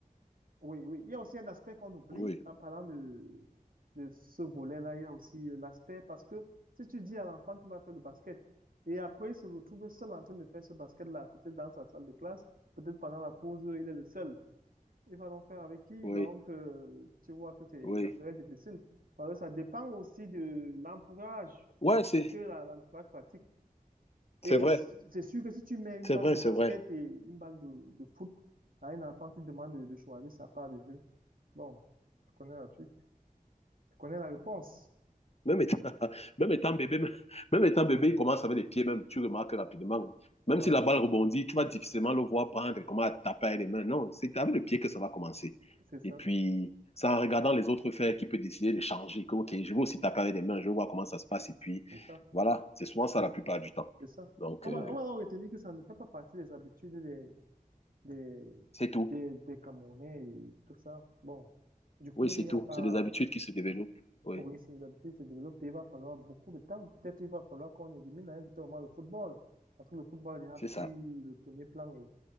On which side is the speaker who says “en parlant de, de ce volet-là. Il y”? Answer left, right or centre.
Right